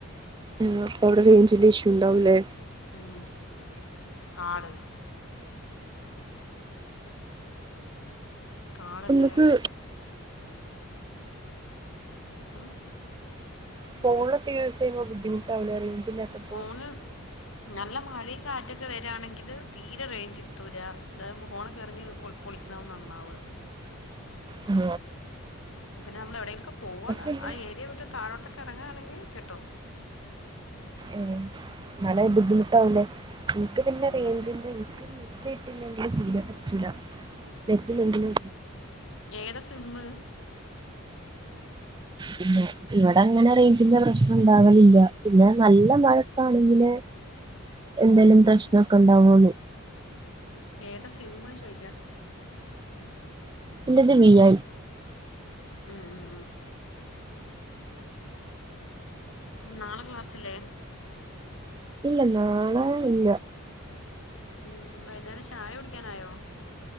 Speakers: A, on the right; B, on the left.
A: അവിടെ ഫോണിൽ റേഞ്ച് ന്റെ ഇഷ്യു ഉണ്ടാവുംല്ലേ
B: ഉം കാട് കാടല്ലേ
A: നിങ്ങൾക്ക്
B: ഉം
A: ഫോണിലെ ബുദ്ധിമുട്ടാവില്ലേ ഇല്ലാത്തപ്പോ
B: ഫോണ് നല്ല മഴയും കാറ്റൊക്കെ വരികയാണെങ്കിൽ തീരെ റേഞ്ച് കിട്ടൂല്ല അതായ ഫോണൊക്കെ എറിഞ് പുളി പൊളി അതാവും നന്നാവ
A: ഉം
B: പിന്നെ നമ്മൾ എവിടെയെങ്കിലും പോവാണ്
A: പിന്നെ
B: ആ ഏരിയൽട്ട് താഴോട്ടൊക്കെ ഇറങ്ങുകയാണെങ്കിൽ കിട്ടും.
A: ഉം <unintelligible> നിക്ക് പിന്നെ
B: ഉം.
A: റേഞ്ച എനിക്ക് <unintelligible> നെറ്റില്ലെങ്കില്
B: ഏതാ സിമ്മ്?
A: <inaudible> ഇവിടെ അങ്ങനെ റേയിചിന്റെ പ്രശ്നം ഉണ്ടാവലില്ല പിന്നെ നല്ല മഴക്കാണെങ്കില്, എന്തേലും പ്രശ്നക്കെ ഉണ്ടാവു.
B: ഏതാ സിമ്മ് ചോയിക്ക?
A: ന്റെത് വി ഐ
B: ഉം ഉം ഉം നാളെ ക്ലാസ്സിലെ?
A: ഇല്ല നാളെ ഇല്ല.
B: ഉം വൈന്നേരം ചായ കുടിക്കാനായോ?